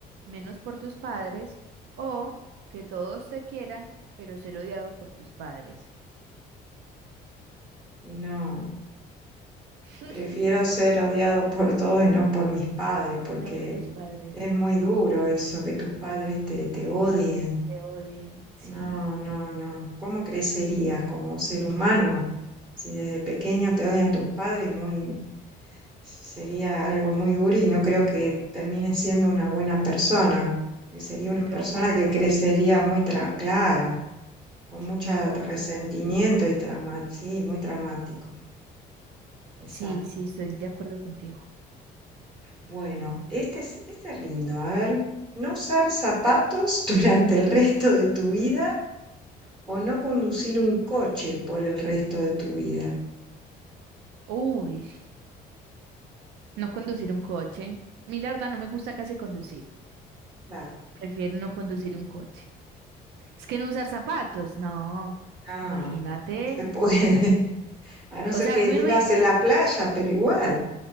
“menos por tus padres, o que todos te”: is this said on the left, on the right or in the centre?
Right